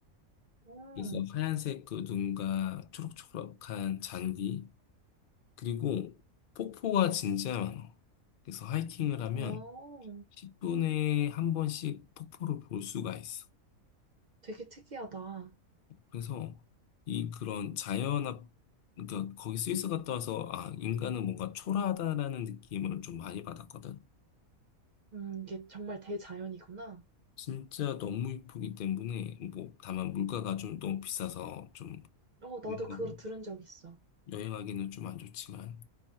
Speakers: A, on the right (about 80°); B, on the left (about 60°).
A: 음,
B: 그래서 하얀색 그 눈과 초록초록한 잔디, 그리고 폭포가 진짜 많아. 그래서 하이킹을 하면
A: 어,
B: 10분에 한 번씩 폭포를 볼 수가 있어.
A: 되게 특이하다.
B: 그래서 이 그런 자연 앞, 그러니까 거기 스위스 갔다 와서 아, 인간은 뭔가 초라하다라는 느낌을 좀 많이 받았거든.
A: 음, 이게 정말 대자연이구나.
B: 진짜 너무 이쁘기 때문에 뭐 다만 물가가 좀 너무 비싸서 좀
A: 어, 나도
B: 여행하기-
A: 그걸 들은 적 있어.
B: 여행하기는 좀 안 좋지만